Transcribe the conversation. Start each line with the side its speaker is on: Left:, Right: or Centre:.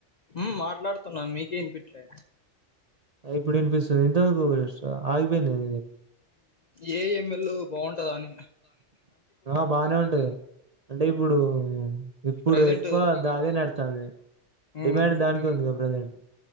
Left: ఉమ్ మాట్లాడుతున్నాను మీకే వినిపిట్లే
Right: ఇప్పుడు వినిపిస్తుంది ఇంత ముందుకు ఆగిపోయింది ఏంది నీది
Left: ఏఎంఎల్ బాగుంటదాని
Right: ఆ బానే ఉంటది అంటే ఇప్పుడు ఇప్పుడు
Left: ప్రజెంట్
Right: ఎక్కువ అదే నడుతుంది
Left: ఉమ్
Right: డిమాండ్ దానికే ఉందిగా ప్రజెంట్